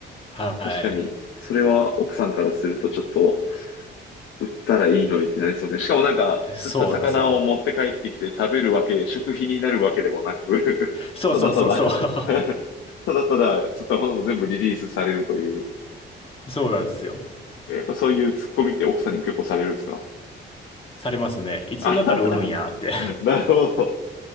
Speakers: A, on the left (about 30°); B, on the left (about 75°).
A: はい。
B: 確かに、それは奥さんからするとちょっと、売ったらいいのにってなりそうで。しかもなんか、
A: そうなんですよ。
B: 釣った魚を持って帰ってきて食べるわけ、食費になるわけでもなく、<laughs>
A: そうそうそうそう。
B: ただただ
A: <laughs>
B: <laughs> ただただ釣ったものも全部リリースされるという。
A: そうなんですよ。
B: やっぱそういうツッコミって奥さんにも結構されるんですか
A: されますね。いつになったら売るんやって
B: あははは <laughs> なるほど。